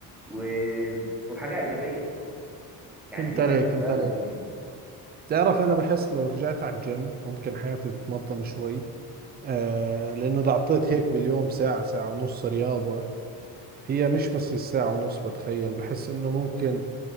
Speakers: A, in the centre; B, on the right.
A: و... وحاجة ايجابية يعني
B: فهمت
A: دي
B: عليك
A: هتبقى
B: فهمت عليك
A: الاتنين
B: تعرف أنا بحس لو رجعت على الجيم ممكن حياتي تتنظم شوي آه لأنه إذا عطيت هيك باليوم ساعة ساعة ونص رياضة هي مش بس الساعة ونص بتخيل بحس إنه ممكن